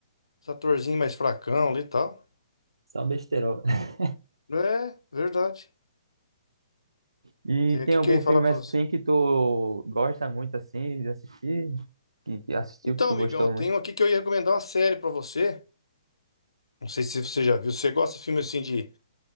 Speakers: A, on the left; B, on the right.
A: os atorzinhos mais fracão ali e tal.
B: só besteirol. <laughs>
A: É, verdade.
B: E
A: O
B: tem
A: que,
B: algum
A: que eu ia falar
B: filme
A: pra
B: assim
A: você?
B: que tu gosta muito assim de assistir? Que, que assistiu,
A: Então,
B: que tu
A: amigão,
B: gostou
A: eu tenho
B: muito?
A: aqui que eu ia recomendar uma série pra você. Não sei se você já viu. Você gosta de filme assim de.